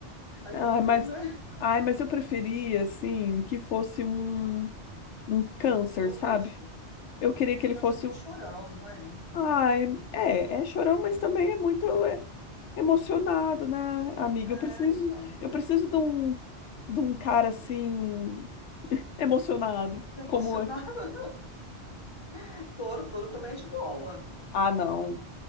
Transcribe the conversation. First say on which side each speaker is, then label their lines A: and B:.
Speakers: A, on the left (about 30°); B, on the left (about 75°).
A: aí
B: Ai,
A: combina.
B: mas... Ai, mas eu preferia, assim, que fosse um, um câncer,
A: O
B: sabe?
A: oposto.
B: Eu queria que
A: Aí
B: ele
A: tá
B: fosse
A: sendo muito
B: um.
A: chorão, não é?
B: Ai, é, é chorão, mas também é muito. é, emocionado, né, amiga?
A: É,
B: Eu preciso,
A: então.
B: eu preciso de um, de um cara assim, emocionado,
A: Emocionado.
B: como esse.
A: <laughs> Touro, touro também é de boa.
B: Ah, não,